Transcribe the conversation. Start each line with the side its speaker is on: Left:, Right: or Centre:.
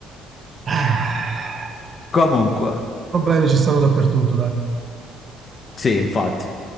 Right: Ah,
Left: Comunque,
Right: Problemi ci stanno dappertutto, dai.
Left: sì, infatti.